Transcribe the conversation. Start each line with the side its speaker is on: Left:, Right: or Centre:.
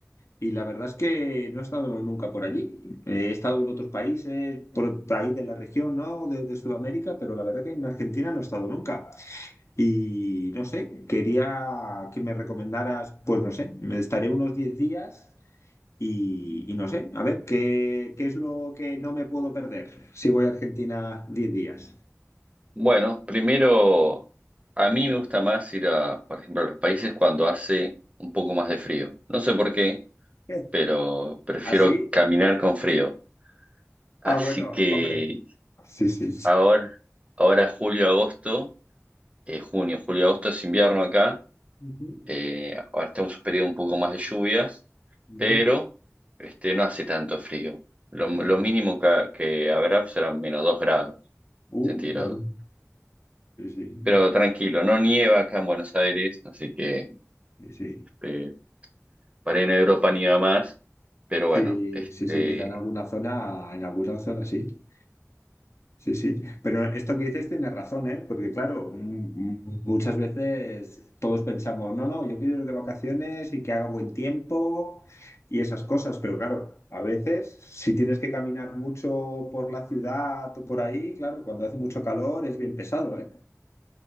Left: y la verdad es que no he estado nunca por allí. Eh, He estado en otros países, por ahí de la región, ¿no? De, de Sudamérica, pero la verdad que en Argentina no he estado nunca. Y no sé, quería que me recomendaras, pues no sé, me estaré unos 10 días y, y no sé, a ver, ¿qué, qué es lo que no me puedo perder si voy a Argentina diez días?
Right: Bueno, primero, a mí me gusta más ir a, por ejemplo, a los países cuando hace un poco más de frío. No sé por qué,
Left: ¿Qué?
Right: pero prefiero
Left: ¿Así?
Right: caminar con frío. Así
Left: Ah, bueno,
Right: que
Left: hombre. Sí, sí.
Right: ahora, ahora julio, agosto, eh, junio, julio, agosto es invierno acá.
Left: Ujú,
Right: Eh, ahora estamos en un periodo un poco más de lluvias,
Left: ujú,
Right: pero este, no hace tanto frío. Lo, lo
Left: Ya.
Right: mínimo que, que habrá serán menos 2 grados
Left: Uh,
Right: centígrados.
Left: bueno, sí, sí,
Right: Pero tranquilo, no nieva acá en Buenos Aires, así que
Left: sí, sí.
Right: este, para ir a Europa nieva más. Pero bueno,
Left: Sí,
Right: este,
Left: sí, sí, quizá en alguna zona, en alguna zona sí. Sí, sí, pero esto que dices tienes razón, ¿eh? Porque claro, m- m- muchas veces todos pensamos, no, no, yo quiero ir de vacaciones y que haga buen tiempo y esas cosas, pero claro, a veces si tienes que caminar mucho por la ciudad o por ahí, claro, cuando hace mucho calor es bien pesado, ¿eh?